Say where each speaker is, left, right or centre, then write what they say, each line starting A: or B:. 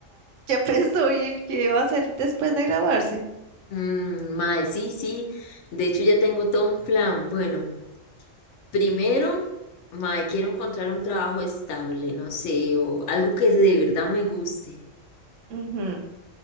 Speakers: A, on the right; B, on the left.
A: Ya <laughs> pensó bien qué va a hacer después de graduarse.
B: Mm, mae, sí, sí. De hecho, ya tengo todo un plan. Bueno, primero, mae, quiero encontrar un trabajo estable, no sé, o algo que de verdad me guste.
A: Ujú,